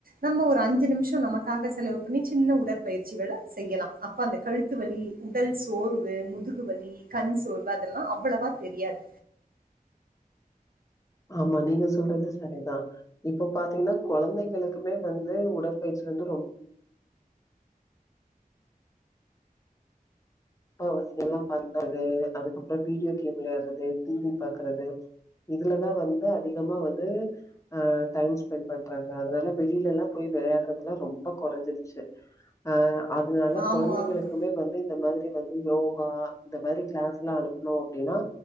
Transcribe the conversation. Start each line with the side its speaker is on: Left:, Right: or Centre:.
Right: நம்ம ஒரு அஞ்சு நிமிஷம் நம்ம அதுக்காக செலவு பண்ணி சின்ன உடற்பயிற்சிகள செய்யலாம் அப்ப அந்த கழுத்து வலி உடல் சோர்வு முதுகு வலி கண் சோர்வு அதெல்லாம் அவ்ளவா தெரியாது
Left: ஆமா நீங்க சொல்றது சரிதா இப்ப பாத்தீங்கன்னா கொழந்தைங்களுக்குமே வந்து உடற்பயிற்சி வந்து ரொம்ப அப்பாவசியொல்லா பண்றது அதுக்கப்புறம் வீடியோ கேம் விளையாடுறது டிவி பாக்குறது இதுலதா வந்து அதிகமா வந்து ஆ டைம் ஸ்பெண்ட் பண்றாங்க அதனால வெளியில எல்லா போய் விளையாடுறதல்லாம் ரொம்ப கொறைஞ்சிருச்சி அ அதனால
Right: ஆமா
Left: கொழந்தைங்களுக்குமே
Right: ஆமா
Left: வந்து இந்த மாதிரி வந்து யோகா இந்த மாரி கிளாஸ்ல்லா அனுப்பணும் அப்டின்னா